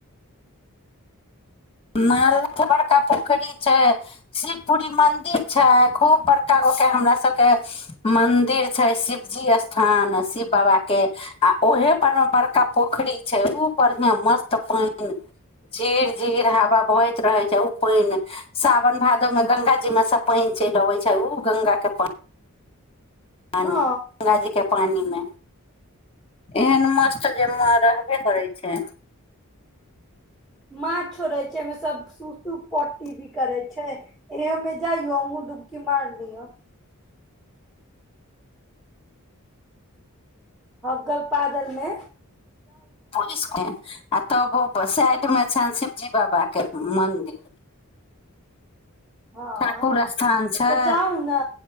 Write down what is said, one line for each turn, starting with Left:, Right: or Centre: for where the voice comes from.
Left: नाल बड़का पोखरी छै शिव पुरी मंदिर छै खूब बड़का गके हमरा सबके मंदिर छै शिवजी स्थान शिव बाबा के आ ओहे पर मे बड़का पोखरी छै ऊब बढ़िियां मस्त पानि झिर झिर हवा बहैत रहै छै ओ पानि साावन भादो में गंगा जीमे सब पानि चलि अबै छै ओ गंगा के पानि पानि
Centre: हँ
Left: गगाजी के पानि मे एहन मासटर जे म रहबे करै छै
Centre: मान्छ छोड़ै छै एहिमे सब सुू सुूख पट्टी भी करै छै एमे जाइयो अूँ डुबकी मार लियौ होगल पादलमे
Left: पुलसके आ तऽ अबो साइड मे छनि शिवजी बाबा के मंदिर
Centre: हँ
Left: ठाकुर स्थान छै
Centre: तऽ जाउ ने